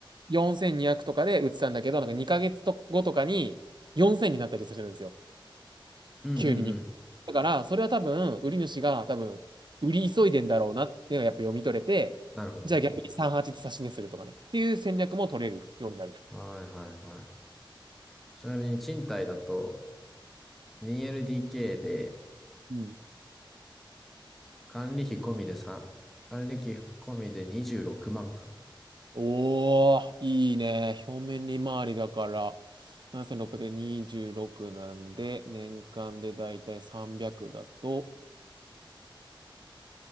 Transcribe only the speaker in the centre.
うんうんうん。
なるほど。
はいはいはい。ちなみに賃貸だと 2LDK で
管理費込みで3、管理費込みで26万かな。